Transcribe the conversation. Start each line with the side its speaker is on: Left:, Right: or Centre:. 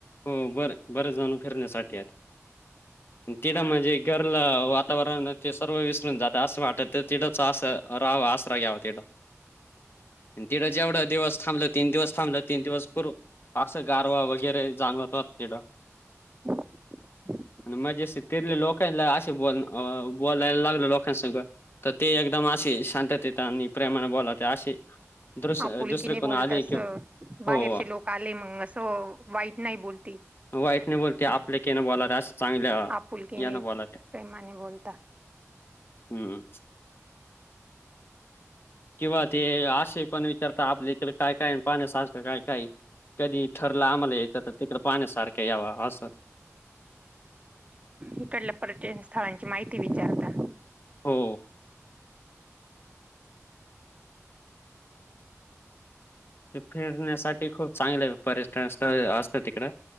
Left: हो बरं बरं जाणून फिरण्यासाठी येतात. तिथं म्हणजे घरलं वातावरण ते सर्व विसरून जातं असं वाटत. तिडच आ राहाव आसरा घ्यावा तिड तिडं जेवढा दिवस थांबलत. तीन दिवस थांबलं तीन दिवस पूर अ गारवा वगैरे जाणवत तीड.
Right: ह <inaudible>
Left: आणि मजे अस तिरले लोकांला असे ब बोलायला लागलं लोकांस. तर ते एकदम असे शांततेेत आणि प्रेमाने बोलावते असे. दस
Right: आपुलकीने
Left: दुसरे कोणा
Right: बोलत
Left: आले
Right: असं
Left: किंवा
Right: बाहेरचे
Left: हो,
Right: लोक आले मग असं वाईट नाही बोलती.
Left: वईट एकटने बोलत आप ललेके ना बोला रस. चांगल्या
Right: आपुलकीने
Left: या ना बोला त्या
Right: प्रेमाने बोलता
Left: हम्म, किंवा ते आशे पण विचारत आपल्या इक काय काय पाण्यासारखं काय काय. कधी ठरलं आम्हाला येतं तर तिकडं पाण्यासारखं यावं असं.
Right: इकडल्या पर्यन स्थळांची माहिती विचारता.
Left: हो फिरण्यासाठी खूप चांगले पर्यटन पर्यटन स्थळ असत तिकड.